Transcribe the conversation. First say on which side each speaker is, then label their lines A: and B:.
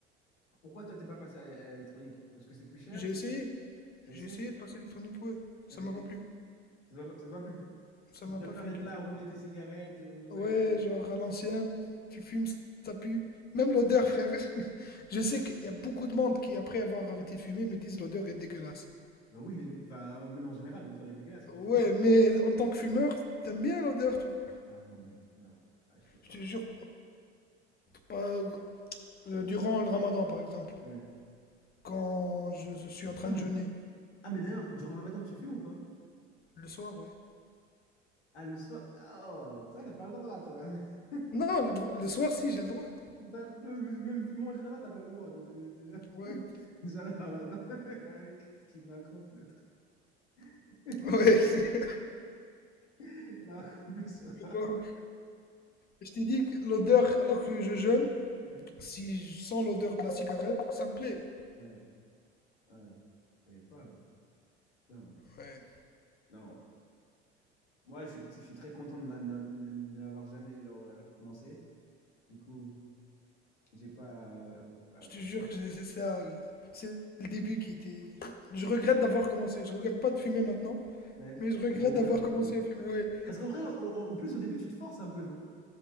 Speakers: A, on the left; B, on the left.
A: pourquoi toi, t'es pas passé à à l'électronique? Parce que c'est plus cher,
B: J'ai essayé.
A: t'as
B: J'ai
A: essayé,
B: essayé de passer l'électronique, ouais. Ça
A: et,
B: m'a pas
A: et
B: plu.
A: ça te va ça te va plus.
B: Ça
A: Tu
B: m'a
A: préfères
B: pas fait
A: être
B: kiffer.
A: là à rouler tes cigarettes ou
B: Ouais,
A: acheter
B: genre à l'ancienne, tu fumes, ça pue. Même l'odeur, frère. <laughs> Je
A: ça?
B: sais qu'il y a beaucoup de monde qui, après avoir arrêté de fumer, me disent l'odeur est dégueulasse.
A: Bah oui, il est- enfin, même en général, l'odeur est dégueulasse, frère.
B: Ouais, mais en tant que fumeur, t'aimes bien l'odeur, tu vois.
A: Ah non, mec, non, ah, je peux pas.
B: Je te jure, pas, euh, durant le ramadan, par exemple,
A: Ouais.
B: quand je, je suis en train
A: Ah, mais,
B: de jeûner,
A: ah, mais d'ailleurs, durant le ramadan, tu fumes ou pas?
B: le soir, ouais.
A: Ah, le soir, oh, toi, t'as pas le droit, toi. <laughs>
B: Non, le, dro- le soir, si, j'ai le droit.
A: T'as le- Même fumer en général, t'as pas le droit, donc euh, déjà,
B: Ouais,
A: <laughs> déjà le ramadan, <laughs> qu'est-ce qu'il me raconte, l'autre? <laughs>
B: ouais. <laughs>
A: Il raconte plus <laughs> sur
B: Mais bon, je t'ai dit que l'odeur, alors que je jeûne,
A: Ouais,
B: Si je sens l'odeur de la cigarette, ça me plaît.
A: ouais, ouais, je savais pas, mais putain.
B: Ouais.
A: Non, moi, je suis, je suis très content de n'a- n'a- n'a- n'avoir jamais genre, euh, commencé. Du coup, j'ai pas à, à-
B: Je
A: faire
B: te jure
A: ça.
B: que c'est ça. C'est le début qui était. Je regrette d'avoir commencé. Je regrette pas de fumer maintenant,
A: Ouais,
B: mais je regrette
A: Je regrette
B: d'avoir
A: d'avoir
B: commencé
A: commencé.
B: à fumer. Ouais.
A: Parce qu'en vrai, au- au- en plus, au début, tu te forces un peu, non?